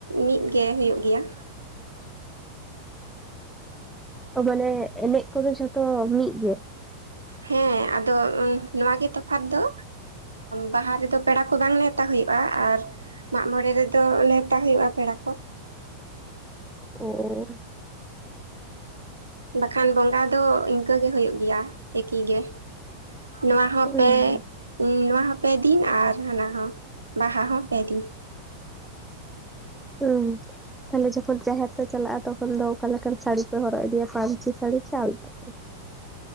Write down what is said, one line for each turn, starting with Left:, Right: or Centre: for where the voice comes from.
Right: ᱢᱤᱫᱜᱮ ᱦᱩᱭᱩᱜ ᱜᱮᱭᱟ ᱾
Centre: ᱚ ᱢᱟᱱᱮ ᱮᱱᱮᱡ ᱠᱚᱫᱚ ᱡᱷᱚᱛᱚ ᱢᱤᱫ ᱜᱮ?
Right: ᱦᱮᱸ ᱟᱫᱚ ᱱᱚᱣᱟ ᱜᱮ ᱛᱚᱯᱷᱟᱛ ᱫᱚ ᱵᱟᱦᱟ ᱨᱮᱫᱚ ᱯᱮᱲᱟ ᱠᱚ ᱵᱟᱝ ᱱᱮᱼᱼ ᱱᱮᱣᱛᱟ ᱦᱩᱭᱩᱜᱼᱟ ᱟᱨ ᱢᱟᱜ ᱢᱚᱬᱮ ᱨᱮᱫᱚ ᱱᱮᱣᱛᱟ ᱦᱩᱭᱩᱜᱼᱟ ᱯᱮᱲᱟ ᱠᱚ ᱾
Centre: ᱚ᱾
Right: ᱵᱟᱠᱷᱟᱱ ᱵᱚᱸᱜᱟ ᱫᱚ ᱤᱱᱠᱟᱹ ᱜᱮ ᱦᱩᱭᱩᱜ ᱜᱮᱭᱟ ᱮᱠᱤ ᱜᱮ ᱾ ᱱᱚᱣᱟ ᱦᱚᱸ
Centre: ᱦᱩᱸ
Right: ᱯᱮ ᱱᱚᱣᱟ ᱦᱚᱸ ᱯᱮ ᱫᱤᱱ ᱟᱨ ᱦᱟᱱᱟ ᱦᱚᱸ᱾ ᱵᱟᱦᱟ ᱦᱚᱸ ᱯᱮ ᱫᱤᱱ ᱾
Centre: ᱩᱸ᱾ ᱛᱟᱦᱞᱮ ᱡᱚᱠᱷᱚᱱ ᱡᱟᱦᱮᱨ ᱯᱮ ᱪᱟᱞᱟᱜᱼᱟ ᱛᱚᱠᱷᱚᱱ ᱫᱚ ᱚᱠᱟ ᱞᱮᱠᱟᱱ ᱥᱟᱹᱲᱤ ᱯᱮ ᱦᱚᱨᱚᱜ ᱤᱫᱤᱭᱟ ᱯᱟᱹᱧᱪᱤ ᱥᱟᱹᱲᱤ ᱥᱮ ᱟᱞᱛᱟ ᱯᱟᱹᱲ?